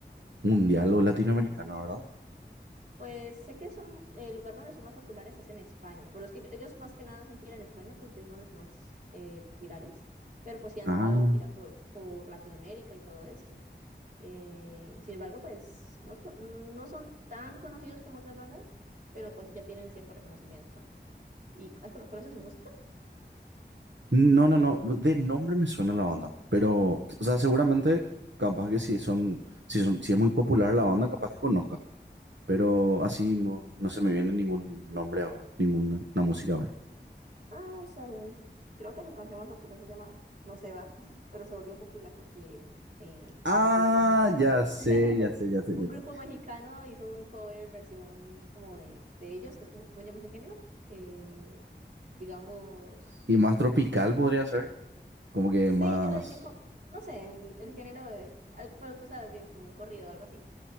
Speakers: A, on the right; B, on the right.
A: mundial o latinoamericano, ¿verdad?
B: Pues sé que son, el lugar donde son más populares es en España, pero es que ellos más que nada hacen gira en España porque es donde son más eh, virales, pero pues sí han
A: Ah.
B: dado gira por, por Latinoamérica y todo esto. Eh, sin embargo, pues no, to- no son tan conocidos como otras bandas, pero pues ya tienen cierto reconocimiento. ¿Y has cono- conoces su música?
A: No, no, no. De nombre me suena la banda. Pero, o sea, seguramente, capaz que si son, si son, si es muy popular la banda, capaz que conozca. Pero así no, no se me viene ningún nombre ahora, ninguna una música ahora.
B: Ah, está bien. Creo que su canción más popular se llama No se va, <laughs> pero se volvió popular porque eh, un
A: Ah,
B: grupo Ah, mexicano,
A: ya sé,
B: <laughs>
A: ya sé, ya sé,
B: un
A: ya
B: grupo
A: sé.
B: mexicano hizo un cover versión como de, de ellos, que es como, ¿cómo se llama ese género? Eh, digamos,
A: Y más tropical podría ser. Como que
B: sí,
A: más.
B: ellos le dicen como, no sé, el género, de- al- pero tú sabes bien, como un corrido o algo así.